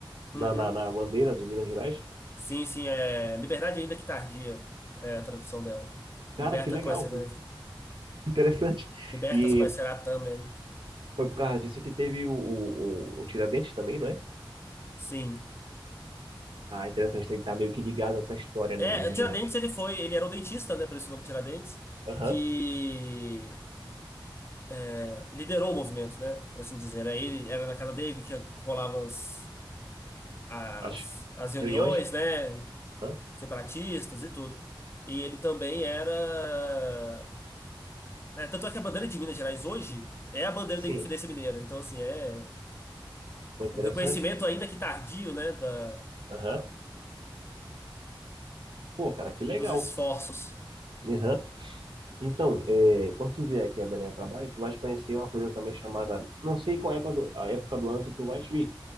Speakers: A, on the right; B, on the left.
A: Na,
B: Uhum.
A: na, na bandeira de Minas Gerais.
B: Sim, sim, é Liberdade ainda que tardia, é a tradução dela.
A: Cara,
B: Liberta
A: que legal,
B: quais será,
A: interessante.
B: libertas
A: E
B: quais será também.
A: Foi por causa disso que teve o, o, o, o Tiradentes também, não é?
B: Sim.
A: Ah, interessante, ele tá meio que ligado a essa história,
B: É,
A: né, de Minas
B: o Tiradentes
A: Gerais.
B: ele foi, ele era um dentista, né? Por isso o nome Tiradentes,
A: Aham,
B: que é, liderou o movimento, né? Por assim dizer. Aí ele era na casa dele que rolavam as, as,
A: As
B: as reuniões,
A: reuniões,
B: né?
A: Aham.
B: Separatistas e tudo. E ele também era. eh, é, tanto é que a bandeira de Minas Gerais hoje é a bandeira
A: Sim,
B: da Inconfidência Mineira. Então, assim, é
A: foi interessante.
B: um reconhecimento ainda que tardio, né? Da,
A: Aham. Pô, cara, que legal.
B: dos esforços.
A: Aham. Então, é, quando tu vier aqui a Belém a trabalho, tu vais conhecer uma coisa também chamada, não sei qual é a época do, a época do ano que tu vais vir,